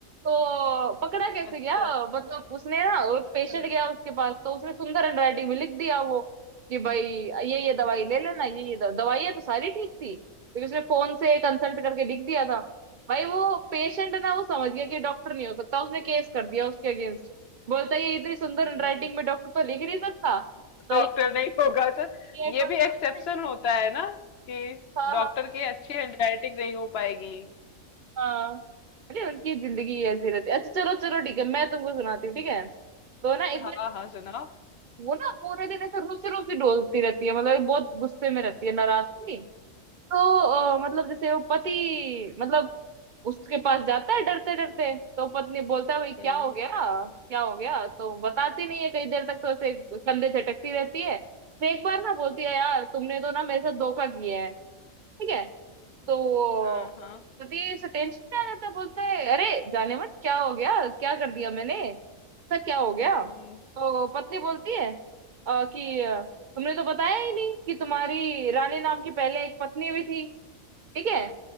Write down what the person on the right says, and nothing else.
तो पकड़ा कैसे
गया मतलब उसने ना वो पेशेंट
गया उसके पास तो उसने सुंदर हैंडराइटिंग में लिख दिया वो कि भाई ये ये दवाई ले लेना ये ये द- दवाइयाँ तो सारी ठीक थी लेकिन उसने फोन से कंसल्ट करके लिख दिया था भाई वो पेशेंट ना वो समझ गया कि डॉक्टर नहीं हो सकता उसने केस कर दिया उसके अगेंस्ट बोलता है, ये इतनी सुंदर
हैंडराइटिंग में डॉक्टर तो लिख नहीं सकता तो
ये
ये एक
बार-
<laughs>
हाँ
हाँ
हाँ अरे उनकी जिंदगी ऐसी रहती है अच्छा चलो चलो ठीक है मैं तुमको सुनाती हूँ ठीक है तो ना एक
बार
वो ना पूरे दिन ऐसे रूसी रूसी डोलती रहती है मतलब ये बहुत गुस्से में रहती है नाराज सी तो अ, मतलब जैसे वो पति मतलब उसके पास जाता है डरते डरते तो पत्नी बोलता है भाई क्या
हो गया क्या हो गया तो बताती नहीं है कई देर तक तो ऐसे कंधे झटकती रहती है फिर एक बार ना बोलती है यार तुमने तो ना मेरे साथ धोखा किया है ठीक है तो वो
प्रतीश टेंशन में आ जाता है, बोलता है अरे जाने मत क्या हो गया क्या कर दिया मैंने ऐसा क्या हो गया
तो पत्नी बोलती है अ, कि अ, तुमने तो बताया ही नहीं कि तुम्हारी रानी नाम की पहले एक पत्नी भी थी ठीक है